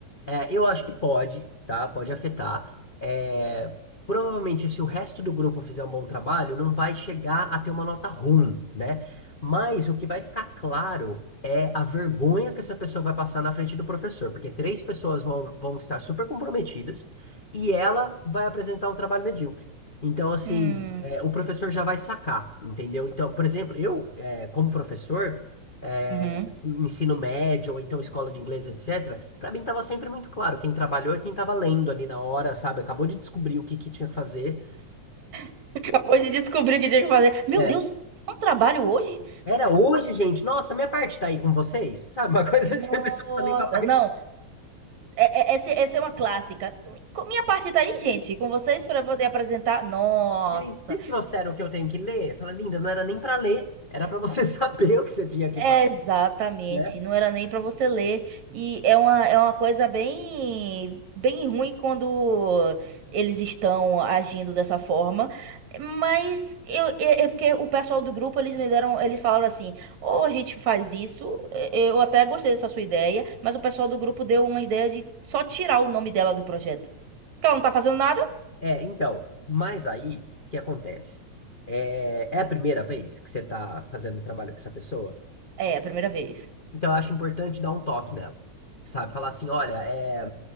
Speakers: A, on the left (about 50°); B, on the right (about 70°).
A: É, eu acho que pode, tá? Pode afetar. É, provavelmente, se o resto do grupo fizer um bom trabalho, não vai chegar a ter uma nota ruim, né? Mas o que vai ficar claro é a vergonha que essa pessoa vai passar na frente do professor, porque três pessoas vão, vão estar super comprometidas e ela vai apresentar um trabalho medíocre. Então, assim,
B: Hum,
A: é, o professor já vai sacar, entendeu? Então, por exemplo, eu, é, como professor. é,
B: uhum.
A: o ensino médio, ou então escola de inglês, etc., para mim estava sempre muito claro. Quem trabalhou é quem estava lendo ali na hora, sabe? Acabou de descobrir o que que tinha que fazer.
B: <laughs> Acabou de descobrir o que tinha que fazer. Meu
A: É,
B: Deus, não trabalho hoje?
A: Era hoje, gente. Nossa, minha parte tá aí com vocês, sabe? Uma <laughs> coisa
B: Nossa,
A: assim, a pessoa tá nem com a parte.
B: não. É- é- Essa, essa é uma clássica. Com- Minha parte tá aí, gente, com vocês para poder apresentar. Nossa,
A: Gente, vocês trouxeram o que eu tenho que ler? Fala, linda, não era nem para ler, era para você <laughs> saber o que você tinha que falar,
B: exatamente.
A: né?
B: Não era nem para você ler. E é uma, é uma coisa bem, bem ruim quando eles estão agindo dessa forma. Mas eu, é, é porque o pessoal do grupo, eles me deram, eles falaram assim: ou a gente faz isso, é, eu até gostei dessa sua ideia, mas o pessoal do grupo deu uma ideia de só tirar o nome dela do projeto. Porque ela não tá fazendo nada.
A: É, então, mas aí, o que acontece? É, é a primeira vez que você está fazendo trabalho com essa pessoa?
B: É, a primeira vez.
A: Então, eu acho importante dar um toque nela, sabe? Falar assim, olha, é,